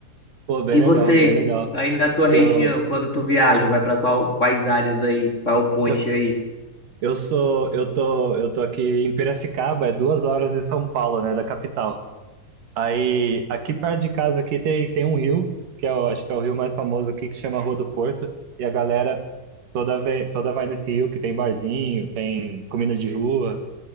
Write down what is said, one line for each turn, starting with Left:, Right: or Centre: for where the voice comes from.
Right: Pô, bem
Left: E
Right: legal,
Left: você,
Right: bem legal.
Left: aí na tua
Right: Eu,
Left: região, quando tu viaja, vai para qual, quais áreas daí? Qual é o point
Right: eu,
Left: aí?
Right: eu sou, eu tô, eu tô aqui em Piracicaba, é duas horas de São Paulo, né, da capital. Aí, aqui perto de casa aqui tem, tem um rio, que é o, acho que é o rio mais famoso aqui, que chama Rua do Porto, e a galera toda vê, toda vai nesse rio, que tem barzinho, tem comida de rua,